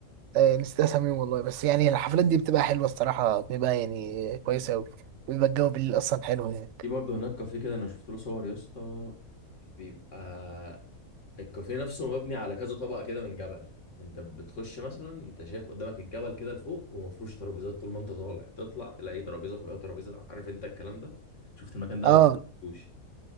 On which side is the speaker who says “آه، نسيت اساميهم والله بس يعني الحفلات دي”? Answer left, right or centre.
Right